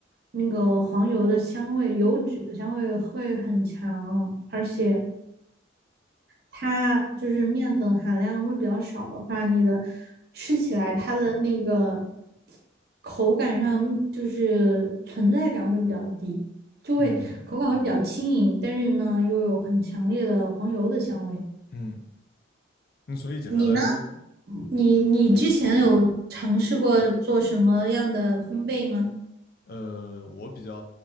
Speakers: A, on the right; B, on the left.
A: 那个黄油的香味、油脂的香味会很强，而且。它就是面粉含量会比较少的话，你的吃起来它的那个口感上就是存在感会比较低，就会口感会比较轻盈，
B: 嗯
A: 但是呢又有很强烈的黄油的香味。
B: 嗯，那所以简单来说，
A: 你呢？你你之前有尝试过做什么样的烘焙吗？
B: 呃，我比较